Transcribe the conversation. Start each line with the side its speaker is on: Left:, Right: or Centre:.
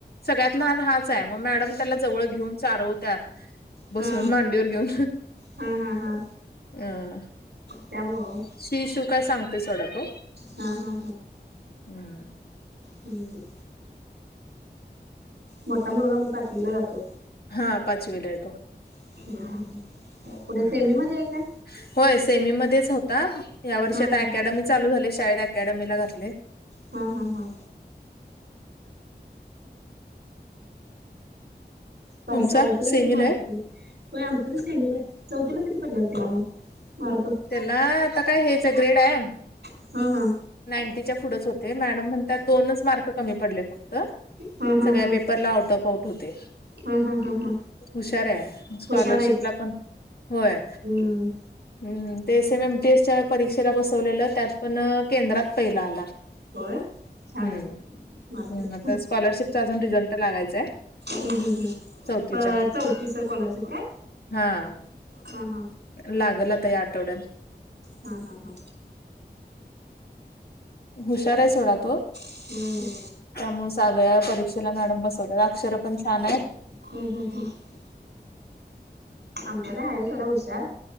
Left: सगळ्यात लहान हाच हाय. म मॅडम त्याला जवळ घेऊन चारवत्यात. बसून
Right: हा.
Left: मांडीवर घेऊन
Right: हा हा हा
Left: अ.
Right: त्यामुळं
Left: शी शू काय सांगतेय सोडा तो.
Right: हा हा
Left: हम्म.
Right: ह. मोठा मुलगा मग पाचवीला जातोय.
Left: हा. पाचवीला हाय तो.
Right: हम्, हम ह. कुठं
Left: हम्म.
Right: सेमीमध्ये हाय काय?
Left: होय. सेमीमध्येच होता. या वर्षी
Right: हा
Left: आता
Right: हा
Left: अकॅडमी चालू झाल्या शाळेत अकॅडमीला घातलयं.
Right: हा. हा. हा. पा
Left: तुमचा
Right: सा <unintelligible> तिला
Left: सेमीला
Right: किती मार्क
Left: आहे?
Right: <unintelligible> होय. आमचा बी सेमीला. चौथीला किती पडलेलं त्याला मग मार्ग?
Left: ना आता काय हेच हाय ग्रेड हाय.
Right: हा. हा.
Left: नाईटीच्या पुढंच होते. मॅडम म्हणतात दोनच मार्क कमी पडले फक्त.
Right: हा हा
Left: सगळ्या
Right: हा
Left: पेपरला आउट ऑफ आउट होते.
Right: हा हा हा हा
Left: हुशार हाय. स्कॉलरशिप
Right: हुशार
Left: ला पण होय.
Right: हं.
Left: हम्म. ते एस एम एमटी एसच्या परीक्षेला बसवलेलं त्यात पण केंद्रात पहिला आला.
Right: होय छान
Left: हं.
Right: आहे मार्क
Left: हं.
Right: हम्म
Left: आता स्कॉलरशिपचा अजून रिझल्ट लागायचाय.
Right: हम् हम्
Left: चौथीच्या.
Right: प चौथीच स्कॉलरशिप काय?
Left: हा.
Right: हा हा
Left: लागलं आ -- ता या आठवड्यात.
Right: हा हा हा
Left: हुशार हाय सोडा तो.
Right: हम्म
Left: त्यामुळे सगळ्या परीक्षेला मॅडम बसवतात. अक्षर पण छान हाईत.
Right: हम्मं हम्मं हम्मं आमचं तो आहे थोडा हुशार